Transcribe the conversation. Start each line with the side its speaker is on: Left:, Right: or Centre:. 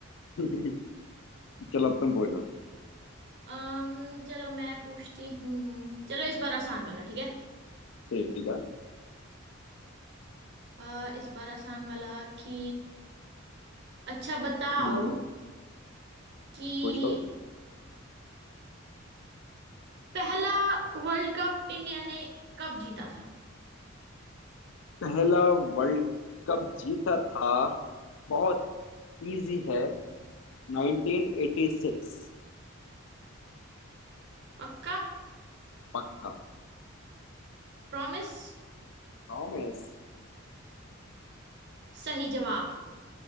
Left: <laughs> चलो अब तुम पूछो
Right: अम्म चलो मैं पूछती हूँ चलो इस बार आसान वाला ठीक है
Left: ठीक है
Right: अ, इस बार आसान वाला कि अच्छा बताओ
Left: हम्म
Right: कि
Left: पूछो
Right: पहला वर्ल्ड कप इंडिया ने कब जीता था
Left: पहला वर्ल्ड कप जीता था बहुत इजी है 1986
Right: पक्का
Left: पक्का
Right: प्रॉमिस
Left: प्रॉमिस
Right: सही जवाब